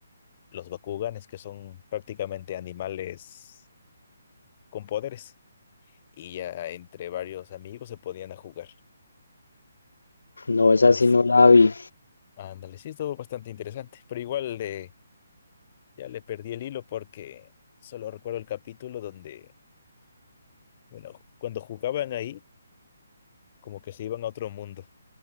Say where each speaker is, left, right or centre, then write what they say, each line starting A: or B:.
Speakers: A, on the left (about 30°); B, on the left (about 60°).
A: los Bakuganes, que son prácticamente animales con poderes. Y ya entre varios amigos se podían a jugar.
B: No, esa
A: Entonces,
B: sí no la vi.
A: ándale, sí, estuvo bastante interesante. Pero igual de, ya le perdí el hilo porque solo recuerdo el capítulo donde, bueno, cuando jugaban ahí. como que se iban a otro mundo.